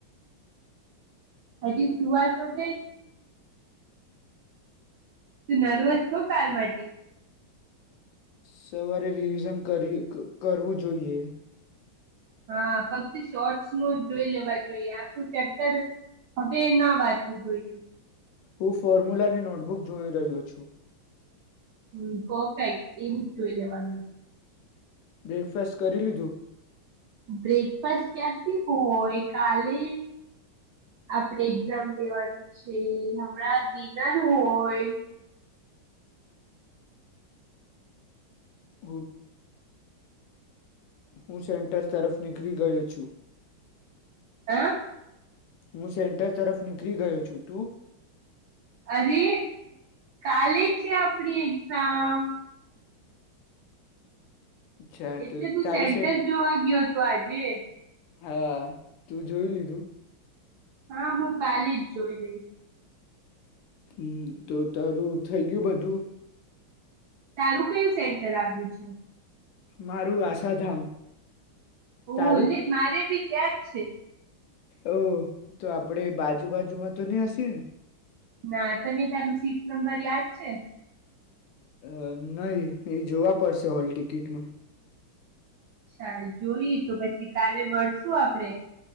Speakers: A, on the right (about 70°); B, on the left (about 75°).
A: હજી સુઆ તો છે જ. તું નર્વસ છો કાર માટે.
B: સવારે રિવિઝન કરવું જોઈએ.
A: હા ફક્ત શોર્ટસ નો જોઈ લેવા જોઈએ આખું ચેપ્ટર, હવે ના વાંચવું જોઈએ.
B: હું ફોર્મ્યુલાની નોટબુક જોઈ રહ્યો છું.
A: હ કોફેક્ટ એવું જ જોઈ લેવાનું છે.
B: બ્રેકફાસ્ટ કરી લીધું?
A: બ્રેકફાસસ્ટ ક્યાથી? હોય કાલે આપડે એક્ઝામ દેવાની છે હમણાં ડિનર હોય.
B: હબ. હું સેન્ટર તરફ નીકળી ગયો છું.
A: આ?
B: હું સેન્ટર તરફ નીકળી ગયો છું તું?
A: અરે. કલેજ આપડી એક્સામ.
B: અચ્છા
A: એટલે
B: તો
A: તું
B: તારું
A: સેન્ટર
B: છે
A: જોવા ગયો હતો આજે.
B: હા, તું જોઈ લીધું?
A: હા હું કાલે જ જોઈ લઈશ.
B: હમ તો તારું થઇ ગયું બધું?
A: તારું કયું સેન્ટર આવ્યું છે?
B: મારું આશાધામ.
A: ઓ
B: તારું
A: મારે ભી ક્યાર છે
B: ઓ તો આપડે બાજુ બાજુમાં તો ન્યાં સે.
A: ના તને તારું સીટ નંબર યાદ છે.
B: અ નહી એ જોવા પડશે હોલ ટિકિટમાં.
A: અચ્છા જોઈ તો પછી કાલે મળશુ આપડે.